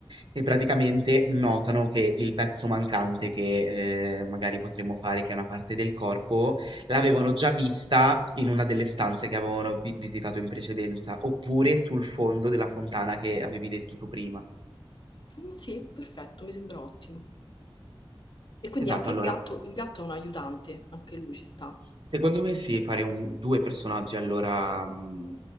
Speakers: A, on the right; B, on the left.
A: E praticamente notano che il pezzo mancante che, ehm, magari potremmo fare che è una parte del corpo, l'avevano già vista in una delle stanze che avevano vi- visitato in precedenza, oppure sul fondo della fontana che avevi detto tu prima.
B: Mm, sì, perfetto, mi sembra ottimo. E quindi
A: Esatto,
B: anche il
A: allora,
B: gatto, il gatto è un aiutante, anche lui ci sta.
A: secondo me sì, fare un- due personaggi allora mm,